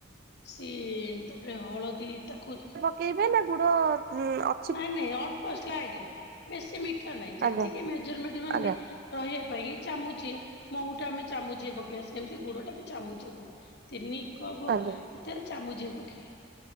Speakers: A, on the left; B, on the right.
A: ସିଏ ତାପରେ ହଳଦୀ ତାକୁ
B: କେଇବେ ନା ଗୁଡ ଉଁ ଅ
A: ନାଇଁ ନାଇଁ ଅଳ୍ପ ସ୍ଲାଇଡ ବେଶୀ ମିଠା ନାହିଁ ଯେତିକି
B: ଆଜ୍ଞା
A: ମେଜରମେଣ୍ଟ
B: ଆଜ୍ଞା
A: ରହିବା ପାଇଁ ଚାମୁଚେ ମହୁ ଟା ଆମେ ଚାମୁଚେ ପକେଇବା ସେମିତି ଗୁଡ ଟା ବି ଚାମୁଛି ଭ ତିନି କପ
B: ଆଜ୍ଞା
A: ଏଥରେ ଚାମୁଚ ହେବ କିଏ